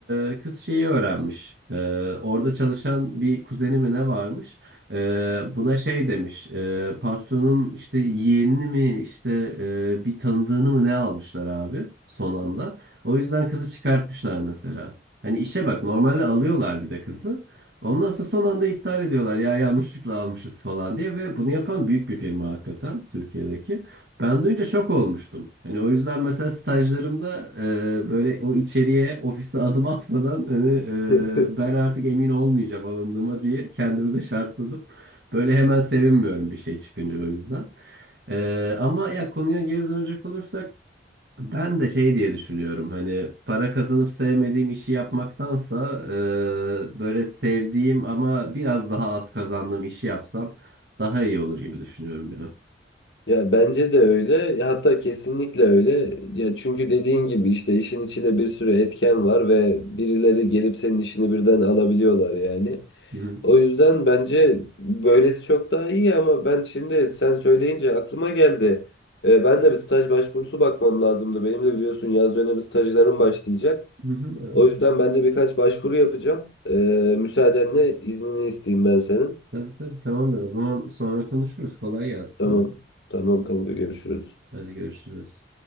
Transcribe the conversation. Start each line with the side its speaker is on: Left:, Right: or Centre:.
Right: e, kız şeyi öğrenmiş. E, orada çalışan bir kuzeni mi ne varmış? E, buna şey demiş. E, patronun işte yeğenini mi işte e, bir tanıdığını mı ne almışlar abi son anda. O yüzden kızı çıkartmışlar mesela. Hani işe bak normalde alıyorlar bir de kızı. Ondan sonra son anda iptal ediyorlar ya yanlışlıkla almışız falan diye ve bunu yapan büyük bir firma hakikaten Türkiye'deki. Ben duyunca şok olmuştum. Hani o yüzden mesela stajlarımda e, böyle o içeriye ofise adım atmadan hani
Left: <laughs>
Right: e, ben artık emin olmayacağım alındığıma diye kendimi de şartladım. Böyle hemen sevinmiyorum bir şey çıkınca o yüzden. E, ama ya konuya geri dönecek olursak ben de şey diye düşünüyorum hani para kazanıp sevmediğim işi yapmaktansa e, böyle sevdiğim ama biraz daha az kazandığım işi yapsam daha iyi olur gibi düşünüyorum ya.
Left: Ya bence de öyle. Ya hatta kesinlikle öyle. Ya çünkü dediğin gibi işte işin içinde bir sürü etken var ve birileri gelip senin işini birden alabiliyorlar yani.
Right: Hı hı.
Left: O yüzden bence böylesi çok daha iyi ama ben şimdi sen söyleyince aklıma geldi. Ee, ben de bir staj başvurusu bakmam lazımdı. Benim de biliyorsun yaz dönemi stajlarım başlayacak.
Right: Hı hı, evet.
Left: O yüzden ben de birkaç başvuru yapacağım. Ee, müsaadenle iznini isteyeyim ben senin.
Right: Tabii tabii tamamdır. O zaman sonra konuşuruz. Kolay gelsin
Left: Tamam.
Right: sana.
Left: Tamam kanka görüşürüz.
Right: Hadi görüşürüz.